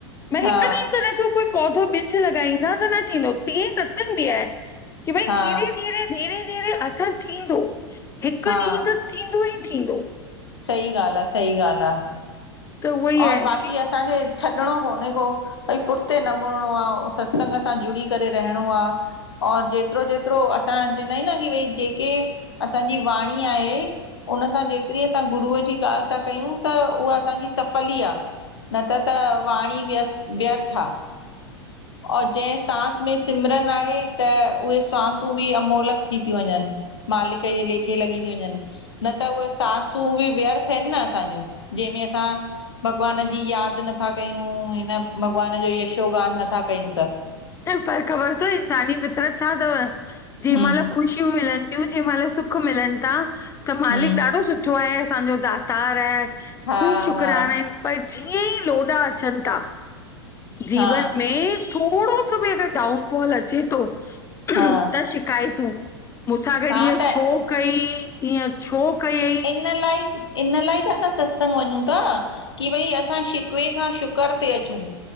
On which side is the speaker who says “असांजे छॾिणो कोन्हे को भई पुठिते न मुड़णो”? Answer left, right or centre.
Left